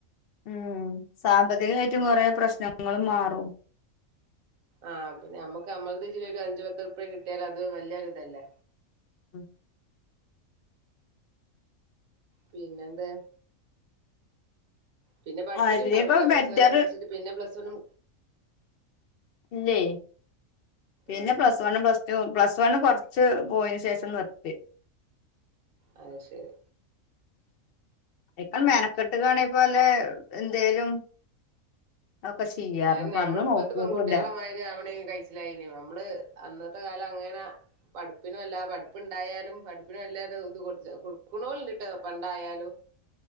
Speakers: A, on the left; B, on the right.
A: ഉം സാമ്പത്തികവായിട്ടും കൊറെ പ്രശ്നങ്ങളും മാറും.
B: ആഹ് പിന്നെ നമുക്ക് നമ്മടെ ഇതില് ഒരു അഞ്ചുപത്ത് റുപ്പിയ കിട്ടിയാൽ അത് വല്യയൊരു ഇതല്ലേ.
A: ഉം
B: പിന്നെയെന്താ? പിന്നെ പഠിച്ചിട്ടുണ്ടാവില്ലല്ലേ
A: അതിനേക്കാ ബെറ്റർ
B: പത്ത് വരെ പഠിച്ചിട്ട് പിന്നെ പ്ലസ് വണ്ണും.
A: ഇല്ലേ പിന്നെ
B: ആഹ്
A: plus one plus two plus. One കൊറച്ച് പോയെശേഷം നിർത്തി.
B: അത് ശരി.
A: ഇപ്പൊ മെനക്കെട്ട് കാണൂ ഇപ്പോ അല്ലെ എന്തേലും. ഒക്കെ ചെയ്യാർന്നു
B: അയിന്
A: ഇപ്പ
B: നമ്മള്
A: അന്ന്
B: ഇപ്പത്തെ
A: നോക്കിയതുല്ല
B: പെൺകുട്ടികളെ മാതിരി ആവണേ <unintelligible> നമ്മള് അന്നത്തെ കാലം. അങ്ങനെ പഠിപ്പിനും എല്ലാ പഠിപ്പുണ്ടായാലും പഠിപ്പിനും വലിയത് ഇത് കൊടു കൊടുക്കുന്നവരുണ്ട് പണ്ടായാലും.